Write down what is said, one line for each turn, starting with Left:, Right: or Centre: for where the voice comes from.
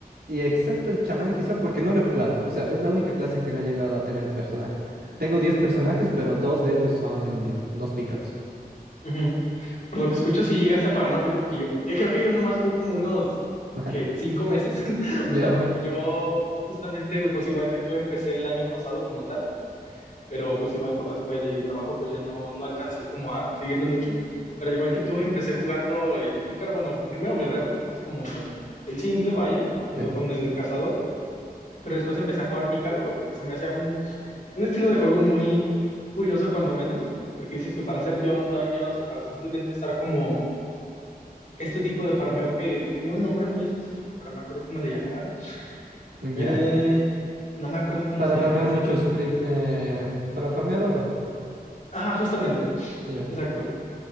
Right: y excepto el chamán quizá porque no lo he jugado. O sea, es la única clase que no he llegado a tener personaje. Tengo 10 personajes, pero dos de ellos son dos pícaros.
Left: ujú. Por lo que escucho, sí llegaste a jugar más tiempo que yo, porque creo que yo nomás jugué como unos,
Right: <laughs> Ajá.
Left: ¿qué? ¿Cinco meses? <laughs>
Right: ¿Ya?
Left: O sea, porque yo justamente, pues igual que tú, empecé el año pasado como tal. pero pues igual por la escuela y el trabajo pues ya no, no alcancé como a seguirle mucho. Pero al igual que tú, empecé jugando el pícaro, bueno, primero guerrero, que es como pues, el simple, vaya, junto
Right: Sí.
Left: con el cazador, pero después empecé a jugar pícaro porque se me hacía un, un estilo de juego muy curioso cuando menos, porque dices tú, para hacer John Dungeons o para simplemente estar como este tipo de farmeo que tenía un nombre muy específico, pero no me acuerdo cómo le llamaban.
Right: ¿Ya?
Left: Eh, no me acuerdo cómo
Right: Para
Left: se llamaba
Right: farmear
Left: ese
Right: muchos
Left: tipo
Right: creep,
Left: de farmeo.
Right: eh, para farmear oro.
Left: Ajá, justamente,
Right: Ya.
Left: exacto.